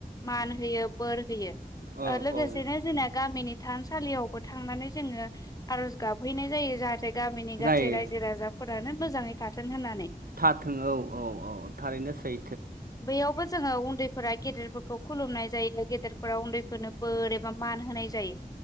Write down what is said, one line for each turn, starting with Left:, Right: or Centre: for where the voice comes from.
Left: मान होयो बोर होयो
Right: औ
Left: लोगो लोगोसे
Right: औ
Left: नो जोंना गामिनि थानसालियावबो थांनानै जोङो आरज गाबहैनाय जायो। जाहाथे गामिनि गासै
Right: जायो
Left: रायजो राजाफोरानो मोजाङै थाथों होननानै।
Right: थाथों औ औ औ थारैनो सै
Left: बेैयावबो जोङो उन्दैफोरा गेदेरफोरखौ खुलुमनाय जायो गेदेरफोरा उन्दैफोरनो बोर एबा मान होनाय जायो।